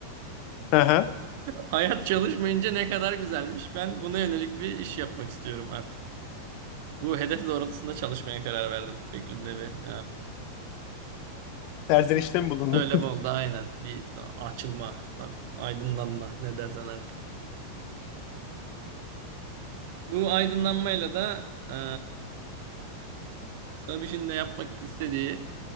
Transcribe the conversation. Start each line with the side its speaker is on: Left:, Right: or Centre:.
Left: Aha.
Right: <laughs> Hayat çalışmayınca ne kadar güzelmiş. Ben buna yönelik bir iş yapmak istiyorum artık. Bu hedef doğrultusunda çalışmaya karar verdim şeklinde bir
Left: Serzenişte mi bulundun?
Right: Söylem oldu aynen. Bir açılma, aydınlanma ne dersen artık. Bu aydınlanmayla da e, Sabiş'in de yapmak istediği